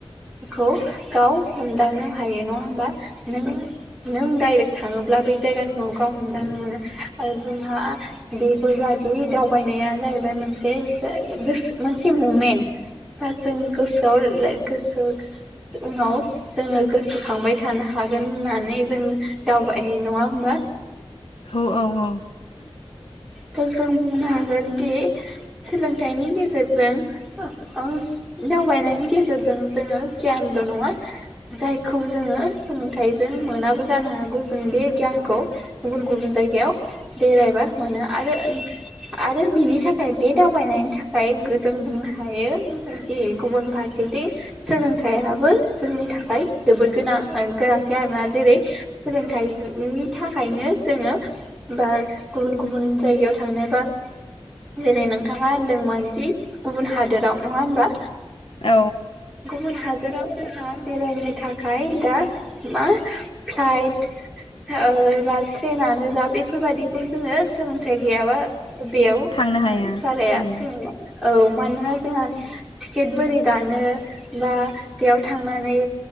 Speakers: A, in the centre; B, on the left.
A: खौ गाव हमदांनो हायो नंङा होमबा नों-नों डाइरेक्ट थांङोब्ला बै जायगानिखौ गाव हमदानो मोनो आरो जोंहा बेफोर बादि दावबायनाया जाहैबाय मोनसे ओ गोसो मोनसे ममेन्ट बा जों गोसोआव लाक गोसो उनाव जोंङो गोसोखांबाय थानो हागोन होननानै जों दावबाय नंङा होमबा
B: औ औ औ
A: दा जों बुंनो हागोन दि सोलोंथाइनि गेजे <unintelligible> अ दावबायनायनि गेजेरजों जोंङो गियानल' नंङा जायखौ जोङो सोलोंथाइजों मोनाबो जानो हागौ बे गियानखौ गुबुन-गुबुन जायगायाव बेरायबा मोनो आरो-आरो बिनि थाखाय बे दावबायनायनि थाखाय गो जों बुंनो हायो दि गुबुन फारसेदि सोलों आबो जोंनि थाखाय जोबोद गोनां गोनांथि आरोना जेरै सोलोंथाइनि थाखायनो जोङो बा गुबुन-गुबुन जायगायाव थांनो बा जेरै नोंथांङा होनदोंमोनदि गुबुन हादोराव नंङा होमबा
B: औ
A: बुन हादराव हा बेरायनो थाखाय दा मा फ्लाइट ओ बा ट्रेनानो जा बेफोरबायादिखौ जोंङो सोलोंथाइ गैयाबा बेयाव
B: थांनो हाया
A: जालाया
B: उम
A: सों औ मानोना जोंहा टिकेट बोरै दानो बा बेयाव थांनानै